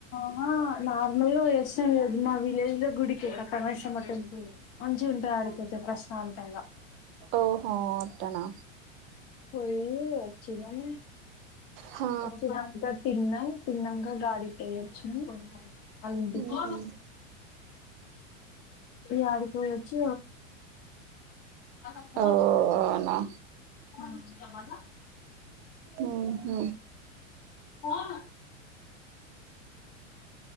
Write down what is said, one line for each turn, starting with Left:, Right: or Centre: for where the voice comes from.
Left: ఆ నార్మల్ గా ఇష్టం లేదు మా విలేజ్ లో గుడికి కట్ట మైసమ్మ టెంపుల్ మంచిగా ఉంటాది ఆడికొస్తే ప్రశాంతంగా
Right: ఓహో అట్టనా
Left: పోయి వచ్చినాను
Right: హా
Left: వచ్చాక తిన్నా తిన్నాక గాడికిపోయొచ్చానా వాళ్ళింటికి
Right: ఉమ్.
Left: యాడికి పోయి వచ్చి <unintelligible>
Right: ఓ అవునా
Left: ఇంకా మల్ల
Right: ఉమ్మ్
Left: పోను